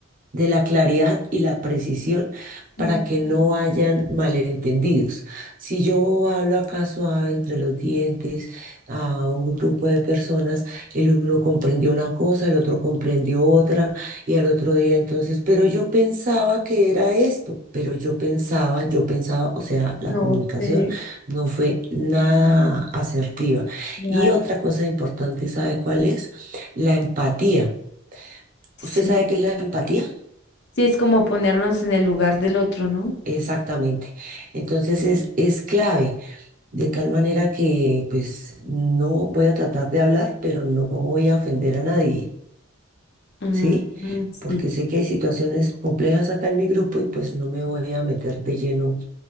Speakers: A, on the right (about 40°); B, on the left (about 55°).
A: de la claridad y la precisión para
B: Mm,
A: que no hayan malentendidos. Si yo hablo acá suave entre los dientes a un grupo de personas, el uno comprendió una cosa, el otro comprendió otra y al otro día entonces, pero yo pensaba que era esto, pero yo pensaba, yo pensaba, o sea, la
B: No
A: comunicación
B: sé.
A: no fue nada asertiva.
B: opinar,
A: Y otra cosa importante, ¿sabe cuál es? La empatía.
B: Sí.
A: ¿Usted sabe qué es la empatía?
B: Sí, es como ponernos en el lugar del otro, ¿no?
A: Exactamente. Entonces es, es clave, de tal manera que pues no voy a tratar de hablar, pero no voy a ofender a nadie,
B: Mm,
A: ¿sí?
B: mm, sí.
A: Porque sé que hay situaciones complejas acá en mi grupo y pues no me voy a meter de lleno